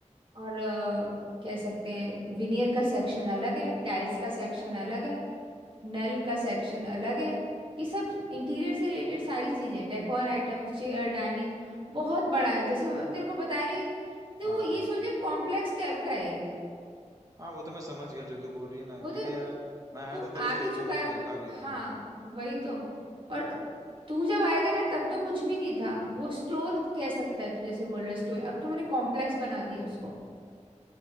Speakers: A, on the right; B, on the right.
A: और अ, कह सकते हैं विनियर का सेक्शन अलग है टाइल्स का सेक्शन अलग है नल का सेक्शन अलग है ये सब इंटीरियर से रिलेटेड सारी चीजें डेकोर आइटम्स चेयर डाइनिंग बहुत बड़ा है जैसे मैं तेरे को बता रही हूँ एक- तो
B: हाँ
A: वो ये सोच ले कॉम्प्लेक्स टाइप का है एक
B: हाँ वो तो मैं समझ गया जो तू बोल रही है ना
A: वो
B: क्योंकि
A: तो
B: यार मैं आया
A: तू
B: था तेरे
A: आ
B: स्टोर
A: भी चुका
B: पे मैंने
A: है
B: देखा
A: वो
B: भी हाँ
A: हाँ वही तो और तू जब आए थे ना तब तो कुछ भी नहीं था वो स्टोर कह सकता है तू जैसे बोल रहा है स्टोर अब तो मैंने कॉम्प्लेक्स बना दिया उसको